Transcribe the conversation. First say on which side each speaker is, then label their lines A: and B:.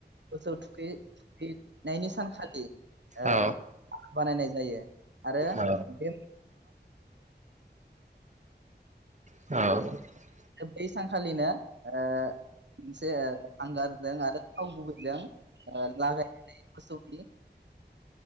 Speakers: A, on the right; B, on the right.
A: मोसौ थुखै नायनि सानखालि ओ
B: औ
A: बानायनाय जायो आरो
B: औ
A: बे <inaudible>
B: औ।
A: बै सानखालिनो ओ मोनसे हांगारजों आरो थाव गुबैजों लागायनानै मोसौ <unintelligible>